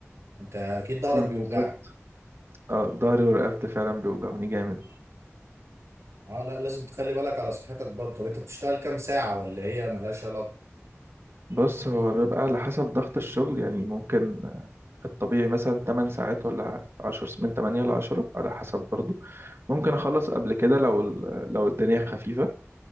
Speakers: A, on the right; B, on the right.
A: انت اكيد ظهرك
B: آه،
A: بيوجعك
B: بالظبط اه ضهري ورقبتي فعلا بيوجعوني جامد
A: اه لا لازم تخلي بالك على صحتك برضه طب انت بتشتغل كام ساعه ولا هي ملهاش علاقه
B: بص هو بيبقى على حسب ضغط الشغل يعني ممكن آه، الطبيعي مثلا 8 ساعات ولا 10 من 8 ل 10 على حسب برضو ممكن أخلص قبل كده لو ال- لو الدنيا خفيفة